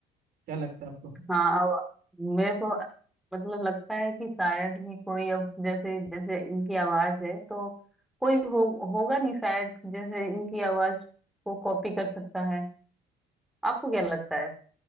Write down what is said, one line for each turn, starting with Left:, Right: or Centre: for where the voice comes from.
Right: क्या लगता है आपको
Centre: हाँ अब मेरे को मतलब लगता है कि शायद ही कोई अब जैसे जैसे इनकी आवाज है तो कोई हो होगा नहीं शायद जैसे इनकी आवाज को कॉपी कर सकता है आपको क्या लगता है